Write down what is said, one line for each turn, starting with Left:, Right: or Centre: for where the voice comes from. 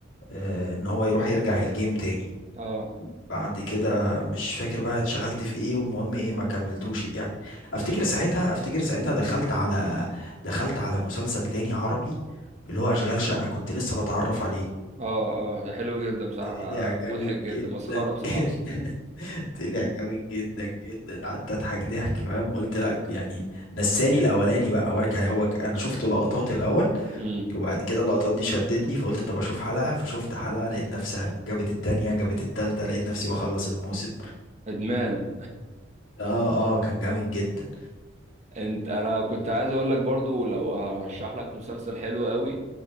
Left: آه، ان هو يروح يرجع الجيم تاني
Right: اه
Left: بعد كده مش فاكر بقى اتشغلت في ايه والمهم ايه ما كملتوش يعني افتكر
Right: امم
Left: ساعتها افتكر ساعتها دخلت على دخلت على مسلسل تاني عربي اللي هو اشغال شقة كنت لسه بتعرف عليه
Right: اه اه ده حلو جدا بصراحه
Left: طلع جامد
Right: مضحك جدا
Left: جدا
Right: مسخره بصراحه
Left: جدا <laughs> طلع جامد جدا جدا قعدت اضحك ضحك فاهم وقلت لا يعني نساني الاولاني بقى هو كان هو ك- انا شفت لقطات الاول
Right: امم
Left: وبعد كده اللقطات دي شدتني فقلت طب اشوف حلقة فشفت حلقة لقيت نفسها جابت التانية جابت التالتة لقيت نفسي بخلص الموسم
Right: ادمان
Left: اه اه كان جامد جدا
Right: انت انا كنت عايز اقول لك برضو لو هرشح لك مسلسل حلو قوي